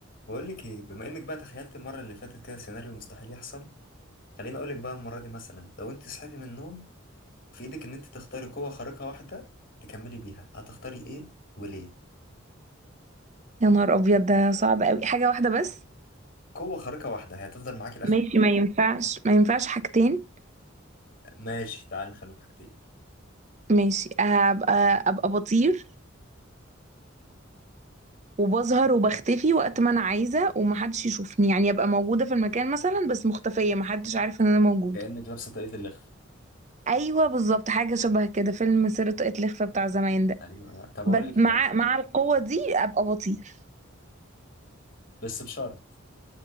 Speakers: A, on the left; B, on the right.
A: بقول لك ايه بما انك بقى تخيلت المره اللي فاتت كده سيناريو مستحيل يحصل خليني اقول لك بقى المره دي مثلا لو انت صحيتي من النوم في ايدك ان انت تختاري قوه خارقه واحده تكملي بيها هتختاري ايه وليه
B: يا نهار ابيض ده صعب قوي حاجه واحده بس
A: قوه خارقه واحده هي هتفضل معاكي لاخر
B: ماشي ما ينفعش ما ينفعش حاجتين
A: ماشي تعال نخليهم حاجتين
B: ماشي هبقى ابقى بطير وبظهر وبختفي وقت ما انا عايزه ومحدش يشوفني يعني ابقى موجوده في المكان مثلا بس مختفيه محدش عارف ان انا موجوده
A: كأنك لابسة طاقية اللخف
B: ايوه بالظبط حاجه شبه كده فيلم سيرة طاقية الإخفاء بتاع زمان ده
A: ايوه أنا- طب
B: بس
A: اقول لك
B: مع
A: حاجة
B: مع القوه دي ابقى بطير
A: بس بشرط